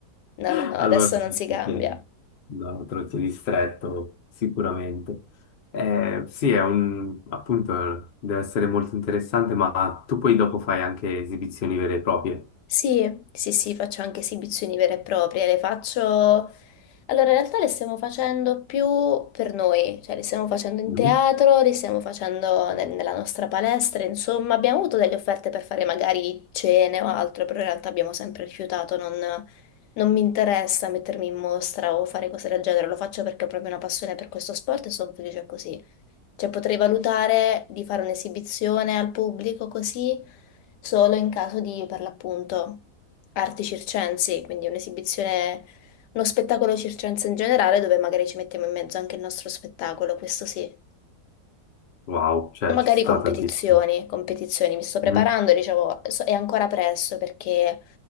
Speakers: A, on the left; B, on the left.
A: no,
B: <laughs>
A: no, no, adesso
B: Allora,
A: non si cambia.
B: sì, no, trotti di stretto, sicuramente. Eh, sì, è un, appunto, deve essere molto interessante, ma tu poi dopo fai anche esibizioni vere e proprie.
A: Sì, sì, sì, faccio anche esibizioni vere e proprie, le faccio... Allora, in realtà le stiamo facendo più per noi, cioè le stiamo facendo in
B: Mhm.
A: teatro, le stiamo facendo ne- nella nostra palestra, insomma, abbiamo avuto delle offerte per fare magari cene o altro, però in realtà abbiamo sempre rifiutato, non, non mi interessa mettermi in mostra o fare cose del genere, lo faccio perché ho proprio una passione per questo sport e sono felice così. Cioè potrei valutare di fare un'esibizione al pubblico così solo in caso di, per l'appunto, arti circensi, quindi un'esibizione, uno spettacolo circense in generale dove magari ci mettiamo in mezzo anche il nostro spettacolo, questo sì.
B: Wow, cioè
A: Magari
B: ci sta
A: competizioni,
B: tantissimo.
A: competizioni, mi sto preparando,
B: Mhm.
A: dicevo, so- è ancora presto perché